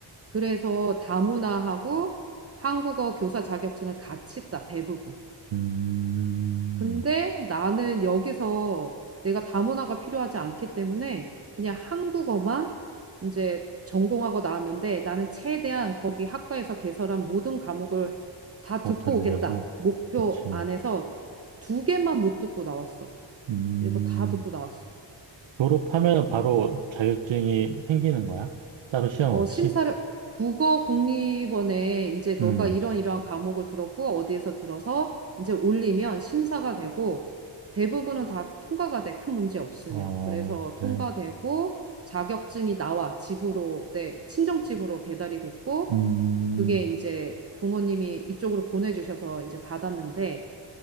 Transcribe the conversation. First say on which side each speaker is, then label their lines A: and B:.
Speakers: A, on the right; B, on the right.
A: 그래서 다문화하고 한국어 교사 자격증을 같이 따 대부분.
B: 음.
A: 근데 나는 여기서 내가 다문화가 필요하지 않기 때문에 그냥 한국어만 이제 전공하고 나왔는데 나는 최대한 거기 학과에서 개설한 모든 과목을 다
B: 다
A: 듣고
B: 들으려고?
A: 오겠다. 목표
B: 그치.
A: 안에서 두 개만 못 듣고 나왔어.
B: 음.
A: 그리고 다 듣고 나왔어.
B: 졸업하면 바로 자격증이 생기는 거야? 따로 시험
A: 어,
B: 없이?
A: 심사를, 국어 국립원에 이제 너가
B: 음,
A: 이런 이러한 과목을 들었고, 어디에서 들어서 이제 올리면 심사가 되고, 대부분은 다 통과가 돼, 큰 문제 없으면.
B: 어,
A: 그래서 통과되고,
B: 그래.
A: 자격증이 나와, 집으로, 내 친정집으로 배달이 됐고,
B: 음,
A: 그게 이제 부모님이 이쪽으로 보내주셔서 이제 받았는데,